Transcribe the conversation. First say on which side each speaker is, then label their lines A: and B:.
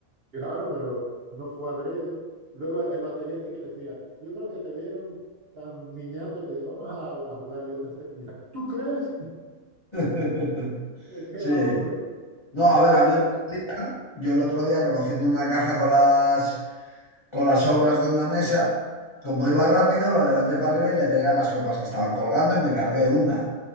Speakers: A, on the right; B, on the left.
A: Claro, pero no fue adrede. Luego el, el batería sí que le decía, yo creo que te vieron tan niñato que dijo, vamos a, a jugarle una a este niña. ¿Tú crees?
B: <laughs>
A: <laughs> Pero ¿Qué
B: Sí.
A: va, hombre?
B: No, a ver, a mí, yo el otro día recogiendo una caja con las, con las obras de una mesa, como iba rápido, la levanté para arriba y le pegué a las copas que estaban colgando y me cargué una.